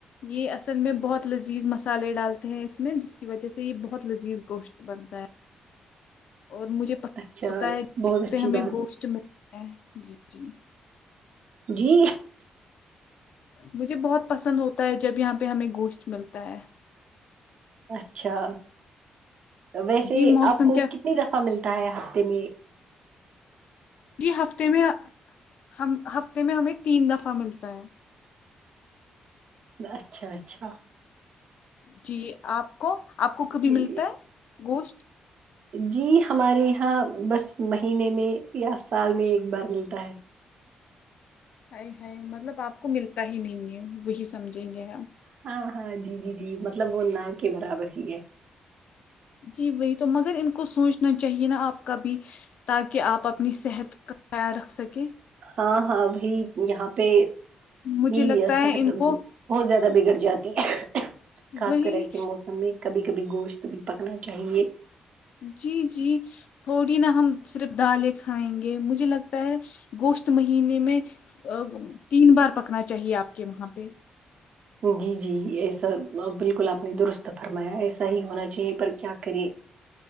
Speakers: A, on the left; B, on the right.
A: یہ اصل میں بہت لذیذ مسالے ڈالتے ہیں اس میں جس کی وجہ سے یہ بہت لذیذ گوشت بنتا ہے اور مجھے پتہ
B: اچھا
A: ہوتا ہے جو
B: بہت
A: یہاں
B: اچھی
A: پہ ہمیں
B: بات
A: گوشت ملتا ہے جی جی
B: جی
A: مجھے بہت پسند ہوتا ہے جب یہاں پہ ہمیں گوشت ملتا ہے
B: اچھا ویسے
A: جی موسم
B: آپ کو
A: کیا
B: کتنی دفع ملتی ہوتا ہے ہفتے میں
A: جی ہفتے میں ہم ہفتے میں ہمیں تین دفعہ ملتا ہے
B: اچھا اچھا
A: جی آپ کو آپ کو کبھی
B: چلیے
A: ملتا ہے گوشت
B: جی ہمارے یہاں بس مہینے میں یا سال میں ایک بار ملتا ہے
A: آیے ہائیے مطلب آپ کو ملتا ہی نہیں ہے وہی سمجھیں گے آپ
B: ہاں ہاں جی جی جی مطلب وہ نا کے برابر ہی ہے
A: جی وہی تو مگر ان کو سوچنا چاہیے نا آپ کابھی تاکہ آپ اپنی صحت کا خیال رکھ سکیں
B: ہاں ہاں ابھی یہاں پہ
A: مجھے
B: یہی
A: لگتا
B: صحت
A: ہے ان کو
B: بہت زیادہ بگڑ جاتی ہے خاص
A: وہی
B: کر ایسے موسم میں کبھی کبھی گوشت بھی پکنا چاہیے
A: جی جی تھوڑی نا ہم صرف دالیں کھائیں گے مجھے لگتا ہے گوشت مہینے میں آ تین بار پکنا چاہیے آپ کے وہاں پہ
B: جی جی یہ ایسا بالکل آپ نے درست فرمایا ایسا ہی ہونا چاہیے پر کیا کرے